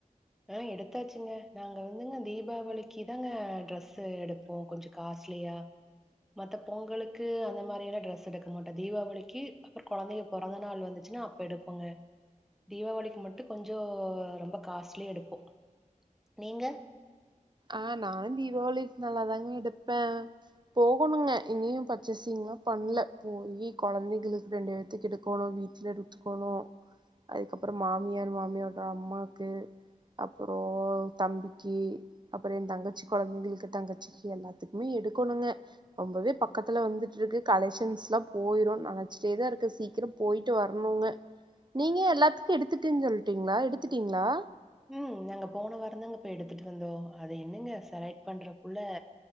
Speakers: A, in the centre; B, on the right.
A: ஆ எடுத்தாச்சிங்க நாங்க வந்துங்க தீபாவளிக்கு தாங்க ட்ரெஸ்சு எடுப்போ கொஞ்ச காஸ்ட்லியா மத்த பொங்களுக்கு அந்த மாரியலா ட்ரெஸ் எடுக்க மாட்டோ தீபாவளிக்கு அப்புறம் கொழந்தைங்க பொறந்த நாள் வந்துச்சின்னா அப்ப எடுப்போங்க தீபாவளிக்கு மட்டும் கொஞ்சோம் ரொம்ப காஸ் டிலி எடுப்போம் நீங்க
B: ஆ நானும் தீபாவளிக்கு நல்லாதாங்க எடுப்பே போகணுங்க இங்கயும் பர்சேசிங்கலா பண்ல போயி கொழந்தைங்களுக்கு ரெண்டு பேத்துக்கு எடுக்கணு வீட் சிலர் உத்துக்கோணும் அதுக்கப்புறம் மாமியார் மாமியார்யோட அம்மாக்கு அப்ரோ தம்பிக்கி அப்புற என் தங்கச்சி கொழந்தைகளுக்கு தங்கச்சிக்கு எல்லாத்துக்குமே எடுக்கணுங்க ரொம்பவே பக்கத்துல வந்துட்டு இருக்கு கலெக்ஷன்ஸ்லா போயிரு நனச்சிட்டேதா இருக்கு சீக்கிரப் போயிட்டு வரணுங்க நீங்க எல்லாத்துக்கு எடுத்துடேன்னு சொல்ட்டீங்களா எடுத்துட்டீங்ளா
A: உம் நாங்க போன வரந்தாங்க போய் எடுத்துட்டு வந்தோ அது என்னங்க செலக்ட் பண்றக்குள்ள